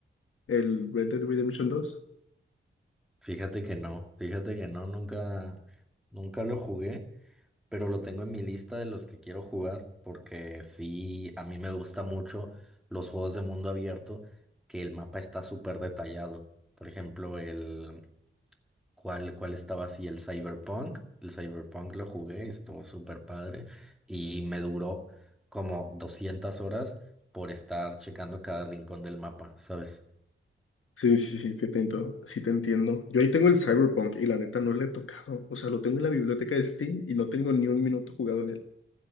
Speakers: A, on the left; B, in the centre.
A: el Red Dead Redemption dos
B: Fíjate que no, fíjate que no, nunca, nunca lo jugué. pero lo tengo en mi lista de los que quiero jugar porque sí, a mí me gusta mucho los juegos de mundo abierto que el mapa está súper detallado. Por ejemplo, el cuál cuál estaba así el Cyberpunk, el Cyberpunk lo jugué y estuvo súper padre y me duró como 200 horas por estar checando cada rincón del mapa, ¿sabes?
A: Sí, sí, sí, sí te entiendo, sí te entiendo. Yo ahí tengo el Cyberpunk y la neta no le he tocado. O sea, lo tengo en la biblioteca de Steam y no tengo ni un minuto jugado en